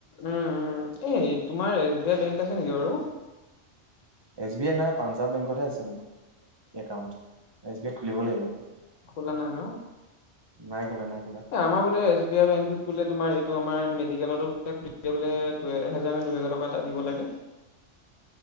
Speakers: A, on the left (about 80°); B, on the right (about 25°).
A: উম উম এই তোমাৰ এছ বি আই বেংক আছে নেকি বাৰু।
B: এছ বি আই নাই পাঞ্জাৱ বেংকতহে আছে মোৰ। একাউণ্ট এছ বি আইত খুলিব লাগিব।
A: খোলা নাই ন
B: নাই খোলা নাই খোলা।
A: আমাৰ বোলে এছ বি আই বেংকটোত বোলে তোমাৰ এইটো আমাৰ। মেডিকেলো বলে এহেজাৰ নে দুহেজাৰ টকা এটা দিব লাগে।